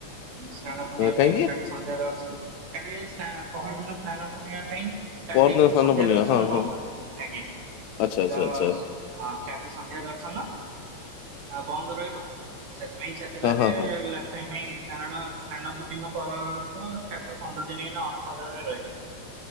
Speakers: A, on the right (about 70°); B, on the left (about 80°).
A: ସ୍ନାନ ପୂର୍ଣ୍ଣିମା
B: କାହିଁକି?
A: ପାଇଁ କାଲି ସନ୍ଧ୍ୟା ଦର୍ଶ କାଲି ସ୍ନା ପହରଦିନ ସ୍ନାନ ପୂର୍ଣ୍ଣିମା ପାଇଁ କାଲିଠୁ
B: ପହରଦିନ ସ୍ନାନ
A: ସନ୍ଧ୍ୟା
B: ପୂର୍ଣ୍ଣିମା
A: ଦର୍ଶନ
B: ହଁ ହଁ।
A: ବନ୍ଦ ଆଜ୍ଞା
B: ଆଚ୍ଛା ଆଚ୍ଛା
A: ତ
B: ଆଚ୍ଛା
A: ହଁ କାଲି ସନ୍ଧ୍ୟା ଦର୍ଶନ ଆଉ ବନ୍ଦ ରହିବ। ତ ସେଥିପାଇଁ ଇଚ୍ଛା ଥିଲା
B: ହଁ
A: ଯେ
B: ହଁ ହଁ
A: ଲା ଷ୍ଟ ପାଇଁ କାରଣ ସ୍ନାନ ପୂର୍ଣ୍ଣିମା ପରଠୁଁ ତାପରେ ପନ୍ଦର ଦିନ ଏଇନେ ଅଣସରରେ ରହିବେ।